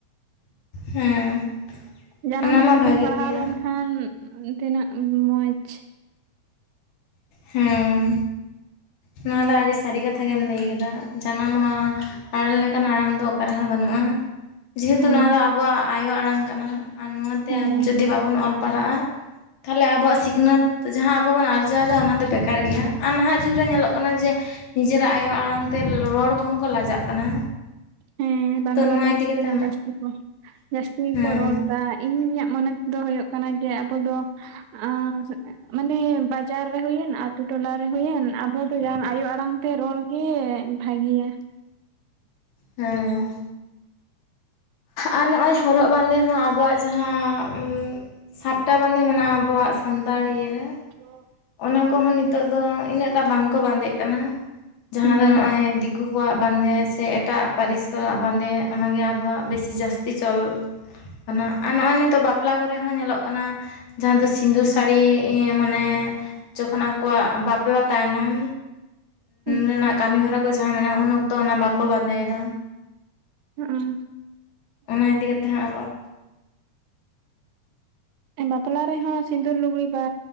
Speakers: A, on the left (about 70°); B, on the right (about 80°).
A: ᱦᱮᱸ
B: ᱡᱟᱱᱟᱢ
A: ᱚᱱᱟ
B: ᱨᱚᱲᱛᱮᱢ
A: ᱢᱟ ᱵᱷᱟᱜᱮᱜ
B: ᱯᱟᱲᱦᱟᱣ
A: ᱜᱮᱭᱟ
B: ᱞᱮᱱᱠᱷᱟᱱ ᱛᱤᱱᱟᱹᱜ ᱢᱚᱸᱡᱽ᱾
A: ᱦᱮᱸ ᱱᱚᱣᱟ ᱫᱚ ᱟᱹᱰᱤ ᱥᱟᱹᱨᱤ ᱠᱟᱛᱷᱟ ᱜᱮᱢ ᱞᱟᱹᱭ ᱠᱮᱫᱟ ᱡᱟᱱᱟᱢ ᱟᱲᱟᱝ ᱞᱮᱠᱟᱱ ᱟᱲᱟᱝ ᱫᱚ ᱚᱠᱟ ᱨᱮᱦᱚᱸ ᱵᱟᱹᱱᱩᱜᱼᱟ᱾ ᱡᱮᱦᱮᱛᱩ
B: ᱦᱮᱸ
A: ᱱᱚᱣᱟ ᱫᱚ ᱟᱵᱚᱣᱟᱜ ᱟᱭᱳ ᱟᱲᱟᱝ ᱠᱟᱱᱟ ᱟᱨ ᱱᱚᱣᱟᱛᱮ
B: ᱦᱮᱸ
A: ᱡᱩᱫᱤ ᱵᱟᱵᱚᱱ ᱚᱞ ᱯᱟᱲᱦᱟᱜᱼᱟ ᱛᱟᱦᱚᱞᱮ ᱟᱵᱚᱣᱟᱜ ᱥᱤᱠᱷᱱᱟᱹᱛ ᱛᱚ ᱡᱟᱦᱟᱸ ᱟᱵᱚ ᱵᱚᱱ ᱟᱨᱡᱟᱣᱫᱟ ᱚᱱᱟ ᱫᱚ ᱵᱮᱠᱟᱨ ᱜᱮᱭᱟ ᱟᱨ ᱱᱟᱦᱟᱜ ᱡᱩᱜᱽ ᱨᱮ ᱧᱮᱞᱚᱜ ᱚᱱᱟ ᱡᱮ ᱱᱤᱡᱮᱨᱟᱜ ᱟᱭᱳ ᱟᱲᱟᱝ ᱛᱮ ᱨᱚᱲ ᱠᱚᱦᱚᱸ ᱠᱚ ᱞᱟᱡᱟᱜ ᱠᱟᱱᱟ᱾
B: ᱦᱮᱸ ᱵᱟᱝᱞᱟ
A: ᱛᱚ ᱱᱚᱣᱟ
B: ᱯᱟᱹᱨᱤᱥ
A: ᱤᱫᱤ ᱠᱟᱛᱮ
B: ᱛᱮᱜᱮ
A: ᱟᱢᱟᱜ
B: ᱡᱟᱹᱥᱛᱤ ᱠᱚ ᱡᱟᱹᱥᱛᱤ ᱜᱮ
A: ᱦᱮᱸ
B: ᱠᱚ ᱨᱚᱲᱫᱟ᱾ ᱤᱧᱟᱹᱜ ᱢᱚᱱᱮ ᱛᱮᱫᱚ ᱦᱩᱭᱩᱜ ᱠᱟᱱᱟ ᱡᱮ ᱟᱵᱚ ᱫᱚ ᱟᱸ ᱢᱟᱱᱮ ᱵᱟᱡᱟᱨ ᱨᱮ ᱦᱩᱭᱮᱱ ᱟᱛᱩ ᱴᱚᱞᱟᱮ ᱦᱩᱭᱮᱱ ᱟᱵᱚ ᱫᱚ ᱡᱟᱦᱟᱱ ᱟᱭᱳ ᱟᱲᱟᱝ ᱛᱮ ᱨᱚᱲ ᱜᱮ ᱵᱷᱟᱜᱮᱭᱟ᱾
A: ᱦᱮᱸ ᱟᱨ ᱱᱚᱜᱼᱚᱭ ᱦᱚᱨᱚᱜ ᱵᱟᱸᱫᱮ ᱦᱚᱸ ᱟᱵᱚᱣᱟᱜ ᱡᱟᱦᱟᱸ ᱚᱸ ᱥᱟᱯ ᱴᱟ ᱵᱟᱸᱫᱮ ᱢᱮᱱᱟᱜᱼᱟ ᱟᱵᱚᱣᱟᱜ ᱥᱟᱱᱛᱟᱲ ᱤᱭᱟᱹᱨᱮ
B: <inaudible>
A: ᱚᱱᱟ ᱠᱚᱦᱚᱸ ᱱᱤᱛᱚᱜ ᱫᱚ ᱤᱱᱟᱹᱜ ᱴᱟᱜ ᱵᱟᱝ ᱠᱚ ᱵᱟᱸᱫᱮᱜ ᱠᱟᱱᱟ᱾ ᱡᱟᱦᱟᱸ
B: ᱦᱮᱸ
A: ᱫᱚ ᱱᱚᱜᱼᱚᱭ ᱫᱤᱠᱩ ᱠᱚᱣᱟᱜ ᱵᱟᱸᱫᱮ ᱥᱮ ᱮᱴᱟᱜ ᱯᱟᱹᱨᱤᱥ ᱠᱚᱟᱜ ᱵᱟᱸᱫᱮ ᱚᱱᱟᱜᱮ ᱟᱵᱚᱣᱟᱜ ᱵᱮᱥᱤ ᱡᱟᱹᱥᱛᱤ ᱪᱚᱞ ᱠᱟᱱᱟ ᱟᱨ ᱱᱚᱜᱼᱚᱭ ᱱᱤᱛᱚᱜ ᱵᱟᱯ ᱯᱞᱟ ᱠᱚᱨᱮ ᱦᱚᱸ ᱧᱮᱞᱚᱜ ᱠᱟᱱᱟ ᱡᱟᱦᱟᱸ ᱫᱚ ᱥᱤᱸᱫᱩᱨ ᱥᱟᱹᱲᱤ ᱮ ᱢᱟᱱᱮ ᱡᱚᱠᱷᱚᱱ ᱟᱠᱚᱣᱟᱜ ᱵᱟᱯᱞᱟ ᱛᱟᱭᱱᱚᱢ
B: ᱦᱮᱸ
A: ᱨᱮᱱᱟᱜ ᱠᱟᱹᱢᱤ ᱦᱚᱨᱟ ᱠᱚ ᱡᱟᱦᱟᱸ ᱢᱮᱱᱟᱜᱼᱟ ᱩᱱ ᱚᱠᱛᱚ ᱚᱱᱟ ᱵᱟᱠᱚ ᱵᱟᱸᱫᱮ ᱮᱫᱟ᱾
B: ᱚᱸ
A: ᱚᱱᱟ ᱤᱫᱤ ᱠᱟᱛᱮ ᱦᱚᱸ ᱟᱵᱚᱣᱟᱜ
B: ᱵᱟᱯᱞᱟ ᱨᱮᱦᱚᱸ ᱥᱤᱸᱫᱩᱨ ᱞᱩᱜᱽᱲᱤ ᱵᱟ